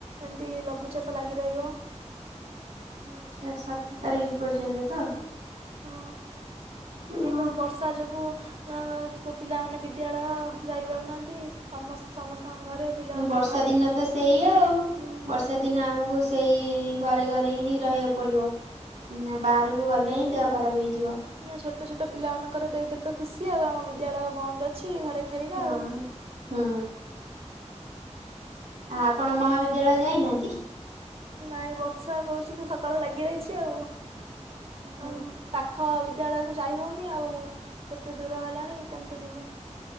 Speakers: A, on the right (about 50°); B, on the right (about 80°).
A: ଏମିତି ଲଘୁଚାପ ଲାଗି ରହିବ।
B: ଆଚ୍ଛା ସାତ ତାରିଖ ପର୍ଯ୍ୟନ୍ତ ତ।
A: ହଁ,
B: ଓହୋ।
A: ଏଇପା ବର୍ଷା ଯୋଗୁ <unintelligible> ପିଲାମାନେ ବିଦ୍ୟାଳୟ ଯାଇ ପାରୁନାହାନ୍ତି। ସମସ୍ତେ ସମସ୍ତଙ୍କ ଘରେ ପିଲାମାନେ
B: ବର୍ଷା
A: ଘରେ
B: ଦିନ ତ ସେଇଆ ଆଉ।
A: ଉଁ
B: ବର୍ଷ <unintelligible> ଦିନ ଆମକୁ ସେଇ ଘରେ ଘରେ ହିଁ ରହିବାକୁ ପଡ଼ିବ। <unintelligible> ବାହାରକୁ ଗଲେ ହିଁ ଦେହ ଖରାପ ହେଇଯିବ।
A: ନା ଛୋଟ ଛୋଟ ପିଲାମାନଙ୍କର ତ ଏଇଥିରେ ତ ଖୁସି ଆଉ, ଆମ ବିଦ୍ୟାଳୟ ବନ୍ଦ ଅଛି, ଘରେ ଖେଳିବା
B: ହଁ
A: ଆଉ।
B: ହୁଁ। ଆ ଆପଣ ମହାବିଦ୍ୟାଳୟ ଯାଇନାହାନ୍ତି?
A: ନାଇଁ ବର୍ଷା କରୁଛି ତ ସକାଳୁ ଲାଗି ରହିଛି ଆଉ।
B: ଓହୋ
A: ଆଉ ପାଖ ବିଦ୍ୟାଳୟକୁ ଯାଇ ହଉନି ଆଉ, କେତେ ଦୂର ହେଲାଣି କେମିତି ଯିବୁ?